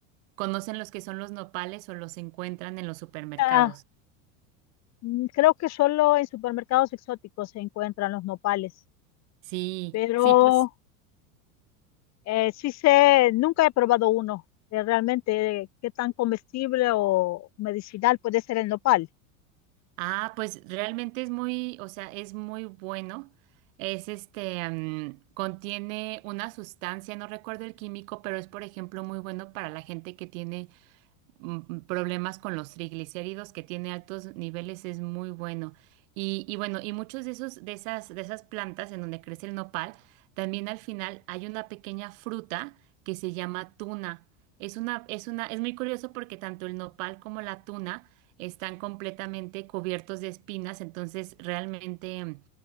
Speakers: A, on the right; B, on the left.
A: conocen los que son los nopales o los encuentran en los supermercados.
B: Ah, mm, creo que solo en supermercados exóticos se encuentran los nopales,
A: Sí,
B: pero
A: sí, pues,
B: eh, sí sé, nunca he probado uno, de realmente qué tan comestible o medicinal puede ser el nopal.
A: ah, pues realmente es muy, o sea, es muy bueno. Es este, mm, contiene una sustancia, no recuerdo el químico, pero es, por ejemplo, muy bueno para la gente que tiene mm, problemas con los triglicéridos que tiene altos niveles es muy bueno. Y, y bueno, y muchos de esos, de esas, de esas plantas en donde crece el nopal, también al final hay una pequeña fruta que se llama tuna. Es una, es una, es muy curioso porque tanto el nopal como la tuna están completamente cubiertos de espinas, entonces realmente, mm,